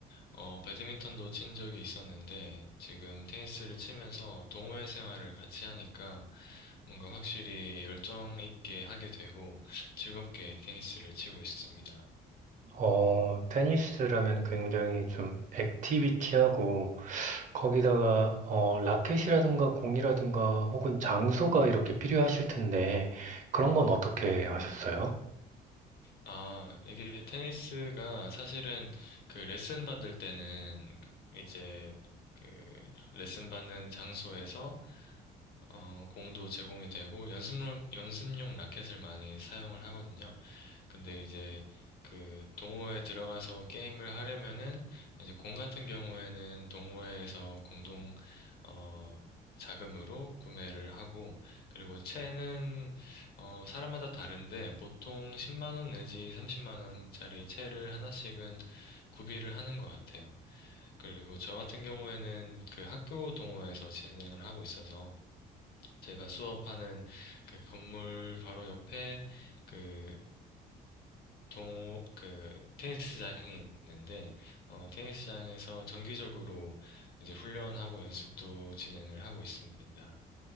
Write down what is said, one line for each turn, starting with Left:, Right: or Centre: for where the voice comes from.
Left: 어, 배드민턴도 친 적이 있었는데, 지금 테니스를 치면서 동호회 생활을 같이 하니까 뭔가 확실히 열정 있게 하게 되고 즐겁게 테니스를 치고 있습니다.
Right: 어, 테니스라면 굉장히 좀 액티비티하고, 거기다가, 어, 라켓이라든가 공이라든가 혹은 장소가 이렇게 필요하실 텐데, 그런 건 어떻게 하셨어요?
Left: 아, 이게 테니스가 사실은 그 레슨 받을 때는 이제 그 레슨 받는 장소에서 어, 공도 제공이 되고 연습용 연습용 라켓을 많이 사용을 하거든요. 근데 이제 그 동호회에 들어가서 게임을 하려면은 이제 공 같은 경우에는 동호회에서 공동 어 자금으로 구매를 하고 그리고 채는 어 사람마다 다른데 보통 10만 원 내지 30만 원짜리 채를 하나씩은 구비를 하는 것 같아요. 그리고 저 같은 경우에는 그 학교 동호회에서 진행을 하고 있어서 제가 수업하는 그 건물 바로 옆에 그 동호 그 테니스장이 있는데 어 테니스장에서 정기적으로 이제 훈련하고 연습도 진행을 하고 있습니다.